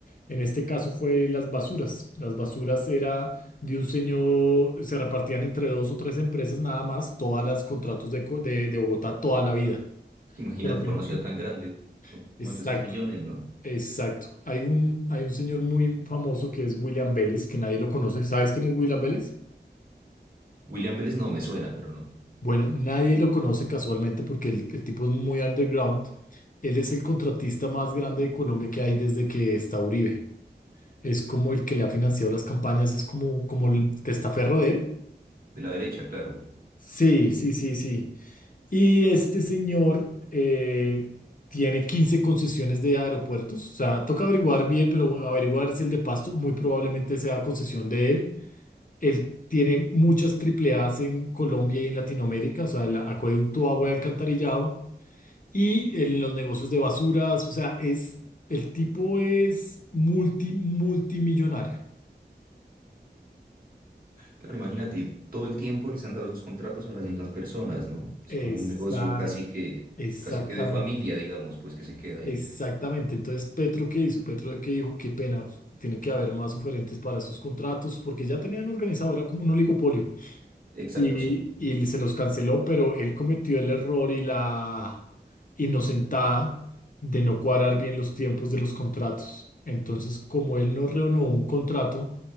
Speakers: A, on the left; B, on the right.
A: En este caso fue las basuras. Las basuras era de un señor, se repartían entre dos o tres empresas nada más, todas las contratos de, co- de, de Bogotá toda la vida.
B: Imagínate
A: Pero tienen-
B: para una ciudad tan grande, son más
A: exacto.
B: de 6 millones, ¿no?
A: Exacto. Hay un, hay un señor muy famoso que es William Vélez, que nadie lo conoce. ¿Sabes quién es William Vélez?
B: William Vélez no me suena, pero no.
A: Bueno, nadie lo conoce casualmente porque el, el tipo es muy underground. Él es el contratista más grande de Colombia que hay desde que está Uribe. Es como el que le ha financiado las campañas, es como, como el testaferro de él.
B: De la derecha, claro.
A: Sí, sí, sí, sí. Y este señor eh, tiene 15 concesiones de aeropuertos. O sea, toca averiguar bien, pero averiguar es el de Pasto. Muy probablemente sea concesión de él. Él tiene muchas triple A's en Colombia y en Latinoamérica, o sea, el acueducto, agua y alcantarillado, y en los negocios de basuras, o sea, es, el tipo es multi, multimillonario.
B: Claro, imagínate, y todo el tiempo les han dado esos contratos a las mismas personas, ¿no? Es
A: Exact,
B: como un negocio casi que,
A: exactamente,
B: casi que de familia, digamos, pues que se queda ahí.
A: exactamente. Entonces, Petro, ¿qué hizo? Petro, ¿qué dijo? Qué pena, tiene que haber más oferentes para esos contratos, porque ya tenían organizado, era como un oligopolio.
B: Exacto,
A: Y,
B: sí.
A: y se los canceló, pero él cometió el error y la inocentada de no cuadrar bien los tiempos de los contratos. Entonces, como él no renovó un contrato,